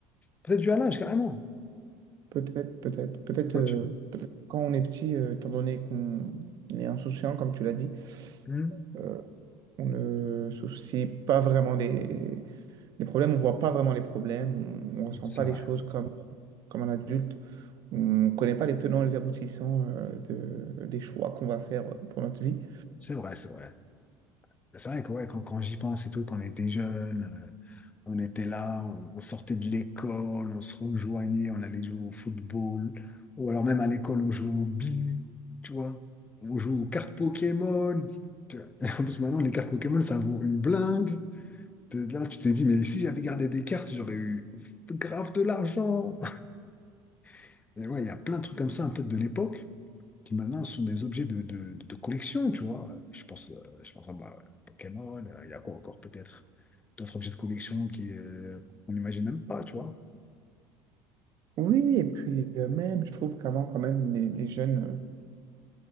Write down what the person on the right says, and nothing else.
Peut-être, peut-être. Peut-être
euh, peut-être quand on est petit, euh, étant donné qu'on est insouciant, comme tu l'as dit.
euh, On ne se soucie pas vraiment des, des problèmes, on voit pas vraiment les problèmes, on, ne ressent
pas
les choses comme, comme un adulte, on ne connaît pas les tenants et les aboutissants euh, de- des choix qu'on va faire pour notre vie.
Oui, et puis euh, même, je trouve qu'avant, quand même, les, les jeunes euh,